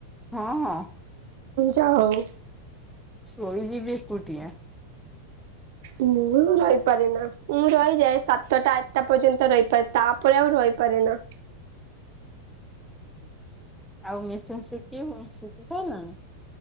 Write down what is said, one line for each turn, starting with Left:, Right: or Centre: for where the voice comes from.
Centre: ହଁ, ହଁ।
Right: ଯା ହଉ।
Centre: ଶୋଇଯିବି ଏକୁଟିଆ।
Right: ମୁଁ ରହିପାରେ ନା, ମୁଁ ରହିଯାଏ ସାତଟା ଆଠଟା ପର୍ଯ୍ୟନ୍ତ ରହିପାର ତାପରେ ଆଉ ରହିପାରେ ନା।
Centre: ଆଉ ମେସିନ୍ ଶିଖି ଶିଖି ସାଇଲଣି?